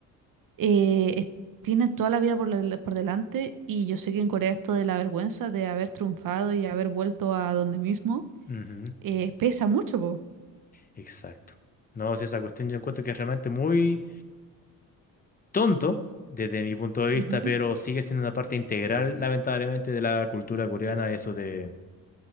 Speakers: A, on the right; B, on the left.
A: eh, es- tienen toda la vida por, la- por delante y yo sé que en Corea esto de la vergüenza de haber triunfado y haber vuelto a donde mismo
B: ujú,
A: eh, pesa mucho, po.
B: Exacto. No, sí, esa cuestión yo encuentro que es realmente muy tonto desde mi punto de
A: Ujú.
B: vista, pero sigue siendo una parte integral, lamentablemente, de la cultura coreana, eso de